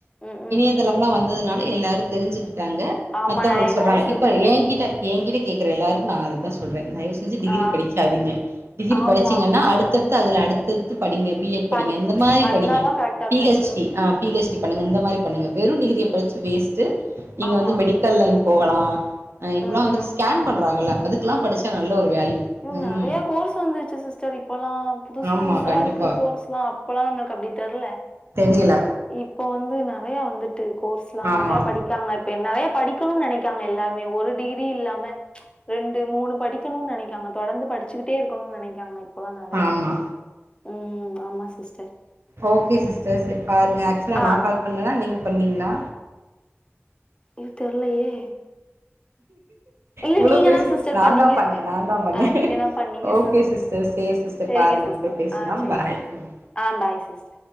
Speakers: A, on the left; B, on the right.
A: ம் ம்
B: இணையதளம் வந்ததுனால எல்லாரு தெரிஞ்சிக்கிட்டாங்க
A: ஆமா
B: மத்தவங்களுக்கு
A: நெறைய
B: சொல்றாங்க
A: கோர்ஸ்
B: இப்ப
A: இருக்குன்ட்டு
B: ஏ கிட்ட
A: ம் ம்
B: ஏ கிட்ட கேக்கற எல்லாருக்கு நா அததா சொல்றே தயவு செஞ்சி டிகிரி
A: ஆ
B: படிக்காதீங்க டிகிரி
A: ஆமா
B: படிச்சீங்கன்னா அடுத்தடு அதுல அடுத்தடுத்து படிங்க பி எட் படிங்க
A: பண்
B: இந்த மாரி
A: பண்ணாதா
B: படிங்க
A: கரெக்டா
B: பி
A: இருக்கு
B: எச்
A: ம்
B: டி ஆம் பி ஹெச் டி பண்ணுங்க இந்த மாரி பண்ணுங்க வெறு டிகிரிய படிச்சி வேஸ்ட் நீங்க
A: ஆமா
B: வந்து மெடி க்கல் லைன் போகலா அ இப்பல்லா
A: ம்
B: வந்துட்டு
A: ம்
B: ஸ்கேன் பண்றாங்கல அதுக்கெல்லா படிச்சா நல்ல ஒரு வேல்யூ
A: உம்
B: ம்
A: நறைய கோர்ஸ் வந்துச்சி சிஸ்டர் இப்ப எல்லா புதுசு
B: ஆமா
A: புதுசா
B: கண்டிப்பா
A: இருக்கு கோர்ஸ்லா இப்பல்லா நம்மளுக்கு அப்டி தெர்ல
B: தெரியல
A: இப்போ வந்து நறையா வந்துட்டு கோர்ஸ்லா
B: ஆமா
A: நறைய படிக்காங்க நிறைய படிக்கணு நினைக்காங்க எல்லாருமே ஒரு டிகிரி இல்லாம ரெண்டு மூணு படிக்கனு நெனைக்காங்க தொடர்ந்து படிச்சிக்கிட்டே இருக்கனு நெனைக்காங்க இப்பலா நறையா
B: ஆமா
A: ம் ஆமா சிஸ்டர்
B: ஓக்கே சிஸ்டர் செரி பாருங்க ஆக்சுலாக
A: ஆ
B: நா கால் பண்ணனா நீங்க பண்ணீங்ளா
A: இது தெர்லயே இல்ல
B: இவ்ளோ
A: நீங்க
B: பேச
A: தா சிஸ்டர்
B: நா
A: பண்ணீங்க
B: தா பண்ண நா தா பண்ண
A: ஆ நீங்க தா பண்ணீங்க
B: ஓக்கே சிஸ்டர் செஸ் சிஸ்டர்
A: செரிங்க
B: பாருங்க
A: சிஸ்டர்
B: அப்புறோ பேசலா
A: ஆ செரிங்க
B: பாய்
A: சிஸ்டர்
B: ம்
A: ஆ பாய் சிஸ்ட